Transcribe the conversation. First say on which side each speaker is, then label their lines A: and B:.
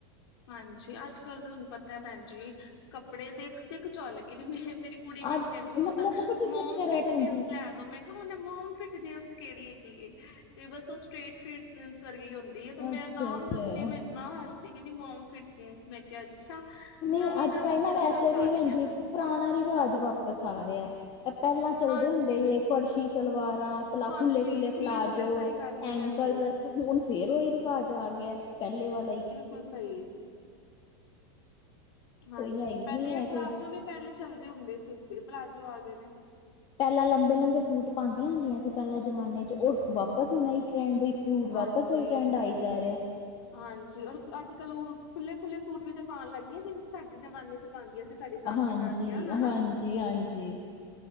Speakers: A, on the left; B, on the left.
A: ਹਾਂਜੀ ਅੱਜ-ਕੱਲ ਤਾਂ ਤਾਨੂੰ ਪਤੈ ਭੈਨ ਜੀ ਕੱਪੜੇ ਤੇ ਸਿੱਖ ਚੁਅੱਲ ਗਏ ਮੈਂ ਮੇਰੀ ਕੁੜੀ ਮੈਨੂੰ
B: ਅੱਜ
A: ਕੈਂਦੀ ਹੁਨ
B: ਮਤਲਬ ਪਤਾ ਕੀ
A: ਮੋਮ
B: ਚੱਕਰ
A: ਫਿਟ
B: ਹੈ ਭੈਣ
A: ਜੀਨਸ
B: ਜੀ
A: ਲੈ ਦੋ ਮੈਂ ਕਿਆ ਹੁਨ ਮੋਮ ਫਿਟ ਜੀਨਸ ਕੇੜੀ ਹੈਗੀ ਏ। ਤੇ ਬਸ ਓ ਸਟ੍ਰੇਟ ਫਿਟ ਜੀਨਸ ਵਰਗੀ ਹੁੰਦੀ ਏ ਤੇ ਮੈਂ
B: ਅੱਛਾ
A: ਨਾਮ
B: ਅੱਛਾ
A: ਦੱਸਦੀ ਮੈ ਏਨਾ ਹੱਸੀ- ਕੈਂਦੀ ਮੋਮ ਫਿਟ ਜੀਨਸ ਮੈਂ ਕਿਆ ਅੱਛਾ
B: ਨਈਂ
A: ਨਵੀਂ
B: ਅੱਜ
A: ਨਵੀਂ
B: ਕੱਲ ਨਾ
A: ਜੀਨਸਾਂ
B: ਵੈਸੇ
A: ਚੱਲ
B: ਵੀ ਹਾਂਜੀ
A: ਗਈਆਂ
B: ਪੁਰਾ ਨਾ ਰਿਵਾਜ ਵਾਪਸ ਆ ਰਿਆ, ਐਹ ਪੈਲਾਂ ਚੱਲਦੇ
A: ਹਾਂਜੀ
B: ਹੁੰਦੇ ਸੀ ਫਰਸ਼ੀ ਸਲਵਾਰਾਂ ਪੈਲਾ
A: ਹਾਂਜੀ
B: ਖੁੱਲੇ-ਖੁੱਲੇ
A: ਖੁੱਲੇ
B: ਪਲਾਜ਼ੋ
A: ਖੁੱਲੇ ਸਹੀ ਹਾਂਜੀ
B: ਐਂਕਲ
A: ਹਾਂਜੀ
B: ਬਲੱਸ ਹੁਨ ਫੇਰ ਓਈ ਰਿਵਾਜ ਆ ਗੇਆ ਪੈਲੇ ਵਾਲਾ ਈ।
A: ਹੁਨ ਸਈ ਏ। ਹਾਂਜੀ
B: ਕੋਈ ਹੈ ਹੀ
A: ਪੈਲੇ
B: ਨਹੀਂ ਹੈ
A: ਆ
B: ਕੋਈ
A: ਪਲਾਜੋ ਵੀ ਪੈਲੇ ਚੱਲਦੇ ਹੁੰਦੇ ਸਿਲਸੀਰ ਪਲਾਜ਼ੋ ਆ ਗਏ ਨੇ।
B: ਪੈਲਾਂ ਲੰਬੇ-ਲੰਬੇ ਸੂਟ ਪਾਂਦੀਆਂ ਹੁੰਦੀਆਂ ਸੀ ਪੈਲਾਂ ਜਮਾਨੇ ਚ ਓਸ ਵਾਪਸ ਹੋਨਾ ਈ ਟ੍ਰੈਂਡ ਵੀ। ਸੂਟ
A: ਹਾਂਜੀ
B: ਵਾਪਸ ਓਈ ਟਰੈਂਡ ਆਈ ਜਾ ਰਿਐ।
A: ਹਾਂਜੀ ਔਰ ਅੱਜ-ਕੱਲ ਓ ਖੁੱਲੇ-ਖੁੱਲੇ ਸੂਟ ਵੀ ਤਾਂ ਪਾਨ ਲਾਗੀਆਂ ਸੀ ਸਾਡੇ ਜ਼ਮਾਨੇ ਚ। ਪਾਂਦੀਆਂ ਸੀ ਸਾਡੀ ਦਾਦੀ
B: ਹਾਂਜੀ
A: ਨਾਨੀਆਂ ਹਨਾ।
B: ਹਾਂਜੀ ਹਾਂਜੀ